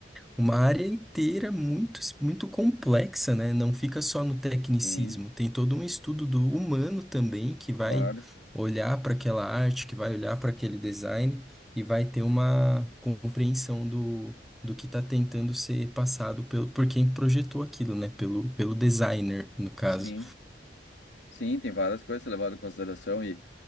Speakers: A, in the centre; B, on the left.
A: uma área inteira muito, muito complexa, né? Não fica só no tecnicismo,
B: Sim,
A: tem todo um estudo do humano também que vai
B: claro.
A: olhar para aquela arte, que vai olhar para aquele design e vai ter uma compreensão do, do que está tentando ser passado pelo, por quem projetou aquilo, né? Pelo, pelo designer, no caso.
B: Sim. Sim, tem várias coisas a ser levado em consideração e,